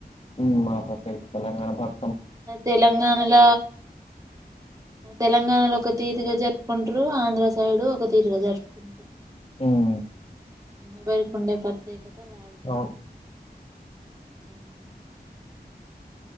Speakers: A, on the left; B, on the right.
A: ఉమ్ మా పాటే తెలంగాణ భాష.
B: తెలంగాణల తెలంగాణలో ఒక తీరుగా జెర్పుకుంటారు. ఆంధ్రా సైడ్ ఒక తీరుగా జరుపుకుంటారు.
A: ఉమ్
B: ఎవరికి ఉండే ప్రత్యేకత వారిదే,
A: అవును
B: ఉమ్